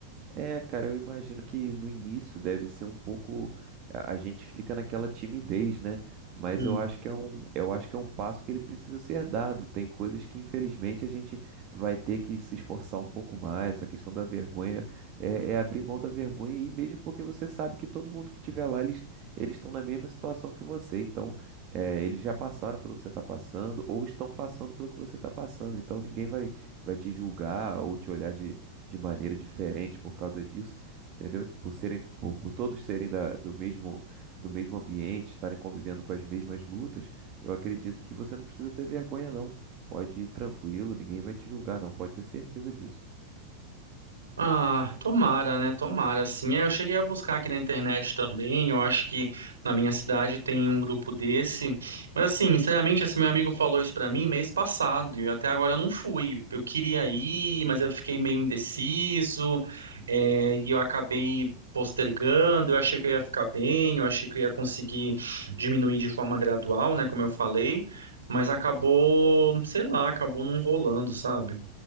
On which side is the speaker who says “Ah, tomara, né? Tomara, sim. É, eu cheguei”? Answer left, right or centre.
Right